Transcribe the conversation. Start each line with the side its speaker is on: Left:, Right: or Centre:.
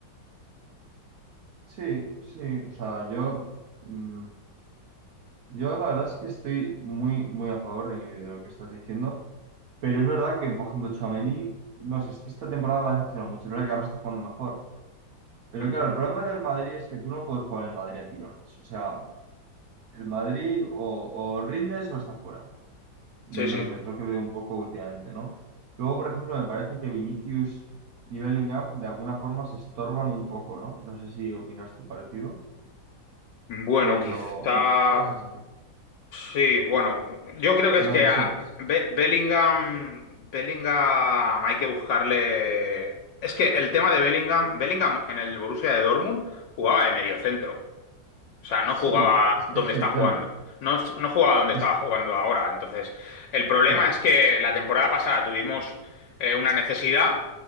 Right: sí, sí, o sea, yo... mm, Yo la verdad es que estoy muy, muy a favor eh, de, lo que estás diciendo, pero es verdad que, por ejemplo, Tchouaméni, no sé, es que esta temporada me ha decepcionado mucho, es verdad que ahora está jugando mejor. Pero
Left: Mm.
Right: claro, el problema del Madrid es que tú no puedes jugar el Madrid a tirones. O sea, el Madrid o, o rindes o estás fuera. Y
Left: Sí,
Right: no
Left: sí.
Right: sé, es lo que veo un poco últimamente, ¿no? Luego, por ejemplo, me parece que Vinicius y Bellingham de alguna forma se estorban un poco, ¿no? No sé si opinas tú parecido,
Left: Bueno,
Right: pero
Left: quizá...
Right: me da un poco la sensación,
Left: Sí, bueno, yo creo que
Right: en
Left: es que
Right: ocasiones.
Left: a- Be- Bellingham, Bellingham hay que buscarle... Es que el tema de Bellingham, Bellingham en el Borussia de Dortmund jugaba de mediocentro. O sea, no
Right: Sí,
Left: jugaba
Right: es
Left: donde
Right: que ese es
Left: está
Right: el
Left: jugando.
Right: tema.
Left: No, no jugaba donde estaba
Right: Es-
Left: jugando ahora. Entonces, el problema
Right: claro.
Left: es que la temporada pasada tuvimos eh, una necesidad.